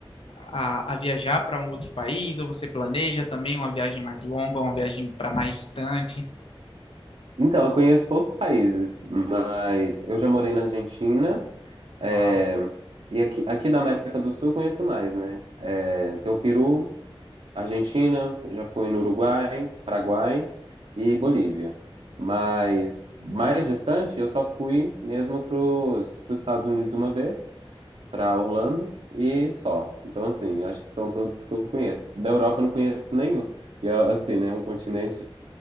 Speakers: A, on the left; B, on the right.
A: a, a viajar para um outro país? Ou você planeja também uma viagem mais longa, uma viagem para mais distante?
B: Então, eu conheço poucos países, mas eu já morei na Argentina, é,
A: Uau.
B: e aqui, aqui da América do Sul eu conheço mais, né? É, tem o Peru, Argentina, já fui no Uruguai, Paraguai e Bolívia. Mas mais distante, eu só fui mesmo para os Estados Unidos uma vez, para Orlando e só. Então, assim, acho que são todos que eu conheço. Da Europa eu não conheço nenhum. E, assim, né, é um continente